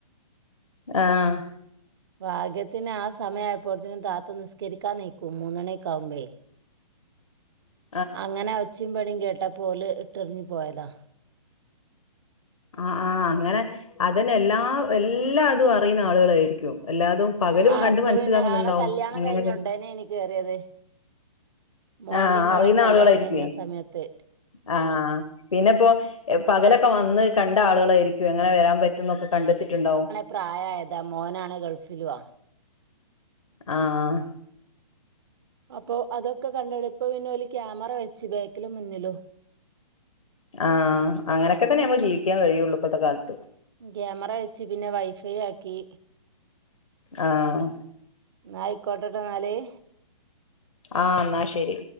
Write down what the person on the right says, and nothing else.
ഭാഗ്യത്തിന് ആഹ് സമയ ആയപ്പോത്തിനും താത്ത നിസ്കരിക്കാൻ നിക്കും മൂന്നണിക്കാവുമ്പയെ
അങ്ങനെ ഒച്ച വിളീം കേട്ടപ്പോ ഓല് ഇട്ടെറിഞ്ഞു പോയതാ
ആഹ്
ഇപ്പൊ
പിന്നെ ആളെ കല്യാണം
കഴിഞ്ഞ ഉടനെ ആണ് കേറിയത് മോന്റയും
മോളയും
കല്യാണം
കഴിഞ്ഞ സമയത്ത്
പ്രായയതാ മോനാണെ ഗൾഫിലുആ
അപ്പൊ അതൊക്കെ കണ്ടാണ്ട് ഇപ്പൊ പിന്നെ ഓല് ക്യാമറ വെച്ച് ബേക്കിലും മുന്നിലും
ക്യാമറ വെച്ച് പിന്നെ വൈഫൈ ആക്കി
എന്നാ ആയിക്കോട്ടെട്ടോ എന്നാല്